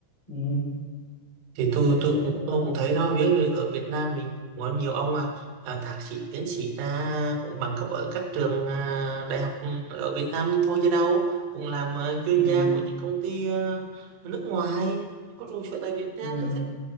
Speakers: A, on the left; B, on the right.
A: ừ.
B: thì tôi
A: thì đấy
B: tôi
A: đấy
B: cũng
A: cũng
B: tôi
A: là một
B: cũng thấy đó ví dụ như ở Việt Nam mình cũng có nhiều ông à, à, thạc sĩ tiến sĩ ra cũng bằng cấp ở các trường à, đại học ở Việt Nam thôi chứ đâu cũng làm à, chuyên
A: ừ.
B: gia của những công ty à, nước ngoài có trụ sở tại Việt Nam
A: Ừ.
B: tôi thấy